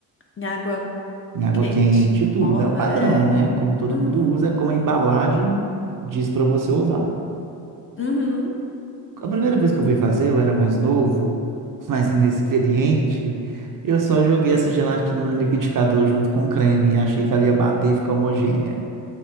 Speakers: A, on the left (about 25°); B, on the right (about 40°).
A: Em água
B: em água
A: quente,
B: quente e tudo.
A: morna,
B: É o padrão,
A: é.
B: né? Como todo
A: Uhum,
B: mundo usa, é como a embalagem diz para você usar.
A: uhum.
B: A primeira vez que eu fui fazer, eu era mais novo, <laughs> mais inexperiente. Eu só joguei essa gelatina no liquidificador junto com o creme, achei que ela ia bater e ficar homogênea.